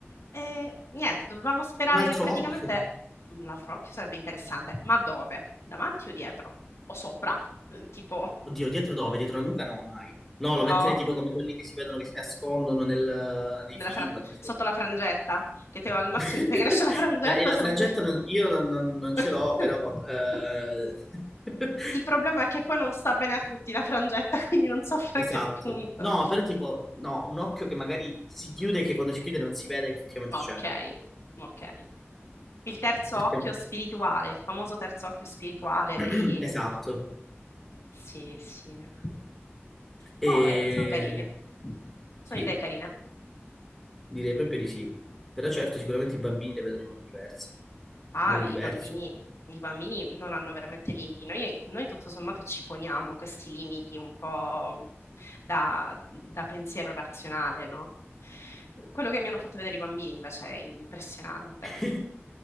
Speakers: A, on the left; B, in the centre.
A: E, niente, dovevamo sperare
B: Un altro
A: che praticamente
B: occhio.
A: l'altro occhio sarebbe interessante, ma dove? Davanti o dietro? O sopra? Eh, Tipo,
B: Oddio, dietro dove? Dietro la nuca no, mai. No, lo
A: no?
B: metterei tipo come quelli che si vedono che si nascondono nel- nei
A: Nella
B: film,
A: fra-
B: che ne so.
A: Sotto la frangetta? Che te al massimo
B: <laughs>
A: ti fai crescere la frangetta
B: La- E la
A: se
B: frangetta
A: non... fai-
B: non- io non, non- non ce
A: <laughs>
B: l'ho, però... eh, <laughs>
A: Il problema è che poi non sta bene a tutti la frangetta, <laughs> quindi non so fino
B: Esatto.
A: a che punto.
B: No, però tipo, no, un occhio che magari si chiude e che quando si chiude non si vede che effettivamente
A: Ok,
B: c'è.
A: ok. Il terzo
B: Perché...
A: occhio spirituale, il famoso terzo occhio spirituale
B: <clears throat>
A: dei...
B: Esatto.
A: Sì, sì. Boh,
B: E...
A: eh, sono carini. Sono
B: Sì.
A: idee carine.
B: Direi proprio di sì. Però certo, sicuramente i bambini le vedono in modo diverso.
A: Ah,
B: In modo
A: i
B: diverso.
A: bambini, i bambini non hanno veramente limiti. Noi, noi tutto sommato ci poniamo questi limiti un po' da, da pensiero razionale, no? Quello che mi hanno fatto vedere i bambini invece è impressionante.
B: <laughs>